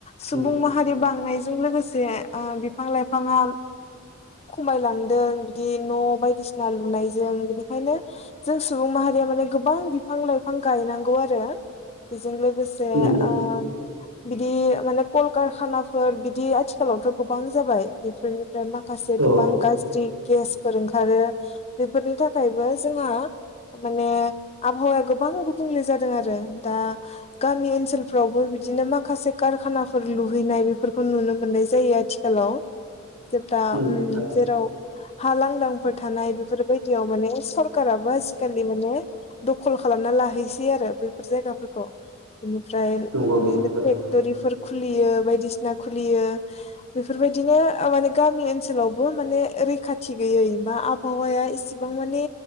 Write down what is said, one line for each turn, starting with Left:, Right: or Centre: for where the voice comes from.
Left: सुबुं
Right: नंगौ
Left: माहारि बांनायजों लोगोसे ओ बिफां लाइफाङा
Right: <unintelligible>
Left: खमायलांदों बिदि न' बायदिसिना लुनायजों बिनिखायनो जों सुबुं माहारिया माने गोबां बिफां लाइफां गायनांगौ आरो
Right: <unintelligible>
Left: जों लोगोसे
Right: नंगौ
Left: ओ बिदि माने कलकारखानाफोर बिदि आथिखालावथ' गोबां जाबाय बेफोर <unintelligible> मााखसे
Right: औ
Left: गोबां गाज्रि गेसफोर ओंखारो बेफोरनि थाखायबो जोंहा माने आबहावाया गोबां गुबुंले जादों आरो दा गामि ओनसोलफ्रावबो बिदिनो माखासे कारखानाफोर लुहैनाय बेफोरखौ नुनो मोननाय जायो आथिखालाव
Right: <unintelligible>
Left: जेब्ला
Right: नंगौ
Left: उम
Right: थारैनो
Left: जेराव हा लांदांफोर थानाय बेफोरबायदियाव माने सरखाराबो आजिखालि माने दखल खालामनानै लाहैसै आरो बैफोर जायगाफोरखौ बिनिफ्राय
Right: नंगौ नंगौ
Left: बिदिनो
Right: थारैनो
Left: फेक्टरि खुलियो बायदिसिना खुलियो बेफोरबायदिनो माने गामि ओनसोलावबो माने रैखाथि गैयै बा आबहावाया इसेबां माने